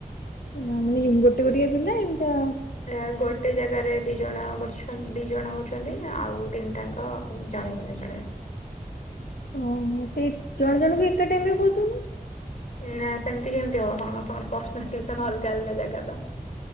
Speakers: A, on the left; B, on the left.
A: ହେ ମାନେ ଗୋଟେ ଗୋଟେ ପିଲା ଏମିତି ଆ
B: ଏ ଗୋଟେ ଗୋଟେ ଜାଗାରେ ଦି ଜଣ ବସିଛନ୍ତି ଦି ଜଣ ହଉଛନ୍ତି ଆଉ ତିନିଟାଙ୍କ ଜଣେ ଜଣେ ଜଣେ
A: ଓହୋ ସେଇ ଜଣ ଜଣଙ୍କୁ ଏକା ଟାଇମ ରେ କରିଦଉନ?
B: ନାଁ ସେମିତି କେମିତି ହବ ସମସ୍ତଙ୍କ ପ୍ସାର୍ନାଲୁସନ ଅଲଗା ଅଲଗା ଜାଗା ବା